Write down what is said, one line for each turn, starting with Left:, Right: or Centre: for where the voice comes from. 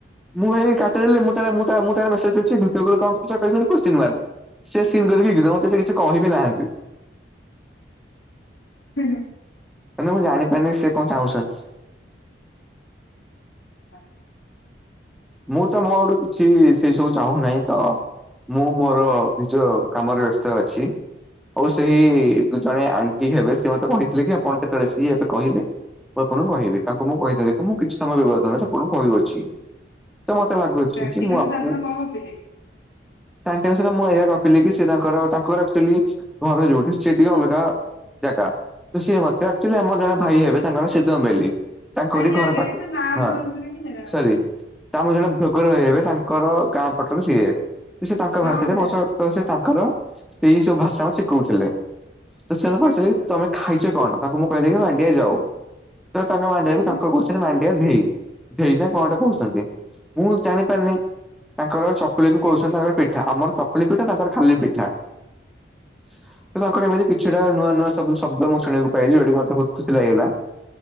Centre: ମୁଁ ହେଇ କାଟିଦେଲି ମୁଁ ତାହେଲେ ମୁଁ ତା ମୁଁ ତାହେଲେ ମେସେଜ କରିଛି ଭିଡିଓ କଲ କଣ କରୁଚ। ଭାଇ ଗୋଟେ କୁଶ୍ଚିନ ମାର୍କ ସେ ସିନ କରି ବିକିଦେବ ମତେ ସେ କିଛି କହିବି ନାହାନ୍ତି।
Left: ହୁଁ ହୁଁ।
Centre: ମାନେ ମୁଁ ଜାଣିପାରିନି ସେ କଣ ଚାହୁଁଛନ୍ତି?
Left: ହଁ <inaudible>
Centre: ମୁଁ ତ ମୋ ଆଡୁ କିଛି ସେଇ ସବୁ ଚାହୁଁନାଇଁ ତ। ମୁଁ ମୋର ନିଜ କାମରେ ବ୍ୟସ୍ତ ଅଛି। ଆଉ ସେଇ ଜଣେ ଆଣ୍ଟି ହେବେ ସେ ମତେ କହିଥିଲେ କି ଆପଣ କେତେବେଳେ ଫ୍ରି ହେବେ କହିବେ। ମୁଁ ଆପଣଙ୍କୁ କହିବି ତାଙ୍କୁ ମୁଁ କହିଦେଲି କି ମୁଁ କିଛି ସମୟ ବିବାଦାନରେ ଆପଣଙ୍କୁ କହୁଅଛି। ତ ମତେ ଲାଗୁଛି
Left: ପ୍ରାଣ୍ଟିକା
Centre: କି ମୁଁ
Left: ସହିତ
Centre: ଆପ
Left: ଆପଣ କଣ ଗପିଲେ?
Centre: ସେ ଆଣ୍ଟିଙ୍କ ଶହିତ ମୁଁ ଏହା ଗପିଲି କି ସେ ତାଙ୍କର ତାଙ୍କର ଆକୁଚୁଆଲି ଘରେ ଯଉଠି ସେ ଟିକେ ଅଲଗା ଜାଗା ତ ସିଏ ମତେ ଆକଚାଲି ଆମ ଜଣେ ଭାଇ ହେବେ ତାଙ୍କର ସେ ଜମେଲି। ତାଙ୍କରି
Left: ଆଜ୍ଞା
Centre: ଘର
Left: ଆଜ୍ଞା
Centre: ପାଖ
Left: କିନ୍ତୁ ନା
Centre: ହଁ
Left: ଧରନ୍ତୁନି କି ଜାଗା ନା
Centre: ସରି।
Left: ଧରନ୍ତୁନି
Centre: ତା ଆମ ଜଣେ ଭ୍ଲୋଗର ଭାଇ ହେବେ ତାଙ୍କର ଗାଁ ପଟରୁ ସିଏ ସେ ତାଙ୍କ
Left: ହଁ
Centre: ଭାଷାରେ
Left: ମୁଁ ଜାଣିଲି
Centre: ମୋ ତ ସେ ତାଙ୍କର ସେଇ ସବୁ ଭାଷାରା ଶିଖଉଥିଲେ ତ ସେରା ପଢ଼ିସାରିକି
Left: ଆଜ୍ଞା ହଁ
Centre: ତମେ ଖାଇଚ କଣ ତାଙ୍କୁ ମୁଁ କହିଲିକି ମାଣ୍ଡିଆ ଯାଉ ତ ତାଙ୍କ ମାଣ୍ଡିଆକୁ
Left: ଆଜ୍ଞା
Centre: ତାଙ୍କ କୋଶ ସେ ମାଣ୍ଡିଆ ଧେଇ ଧେଇ ନା କଣଟେ କହୁଛନ୍ତି। ମୁଁ ଜାଣିପାରିନି
Left: ଆଜ୍ଞା ଆଜ୍ଞା ଆଜ୍ଞା
Centre: ତାଙ୍କର ଚକୁଳି
Left: ଆଜ୍ଞା
Centre: କି କହୁଛନ୍ତି
Left: ଆଜ୍ଞା
Centre: ତାଙ୍କର ପିଠା ଆମର ଚ ଖୁଲି ପିଠା ତାଙ୍କର ଖାଲି ପିଠା ତ ତାଙ୍କର ଏମିତି କି ସେଟା ନୂଆ ନୂଆ ସବୁ ଶବ୍ଦ ମୁଁ ଶୁଣିବାକୁ ପାଇଲି ଜଉ ଯଉଠୀ ମତେ ବହୁତ ଖୁସି ଲାଗିଲା।